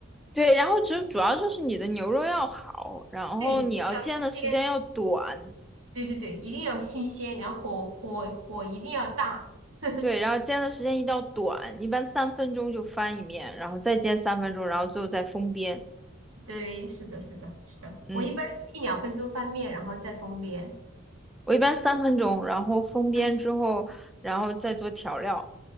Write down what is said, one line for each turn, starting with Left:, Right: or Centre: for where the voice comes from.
Centre: 对，然后主主要就是你的牛肉要好，然后你要煎的时间要短，
Right: 对，一定要新鲜，对对对，一定要新鲜，然后火火火一定要大。<laughs>
Centre: 对，然后煎的时间一定要短，一般三分钟就翻一面，然后再煎三分钟，然后最后再封边。
Right: 对，是的，是的，是的。
Centre: 嗯，
Right: 我一般是一两分钟翻面，然后再封边。
Centre: 我一般三分钟，然后封边之后，
Right: 嗯，
Centre: 然后再做调料，